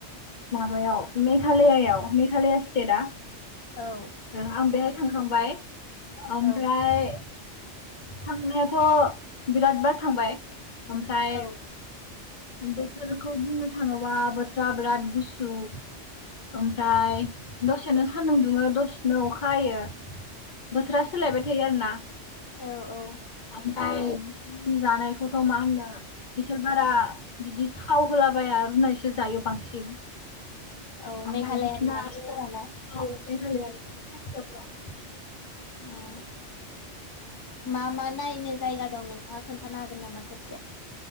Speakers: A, on the left (about 45°); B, on the left (about 30°).
A: माबायाव मेघालयायाव मेघालया स्टेटआ
B: औ
A: आं बेहाय थांखांबाय ओमफ्राय
B: औ
A: थांनायाथ' बिराद बार थांबाय ओमफ्राय
B: औ
A: बोथोरखौ बुंनो थाङोबा बोथोरा बिराद गुसु। ओमफ्राय दसेानो सान्दुं दुङो दसे न अखायो बोथोरा सोलायबाय थायो आरो ना
B: औ ओ
A: ओमफ्राय बिसोरनि जानायखौथ' मा होनो बिसोर बारा बिदि थाव होलाबाया रुनायसो जायो बांसिन ओमफ्राय
B: औ
A: बिसोरना
B: मेघालयानि मानसिफोराना
A: आरो औ खाथियाफ्रा
B: ओ मा मा नायनो जायगा दं नोंथाङा खोन्थानो हागोन नामा खेबसे?